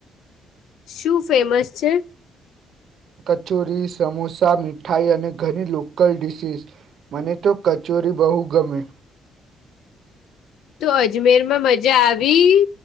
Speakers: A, on the left; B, on the right.
A: શું ફેમસ છે?
B: કચોરી, સમોસા, મીઠાઈ અને ઘણી લોકલ ડીસીસ. મને તો કચોરી બહુ ગમે.
A: તો અજમેર માં મજા આવી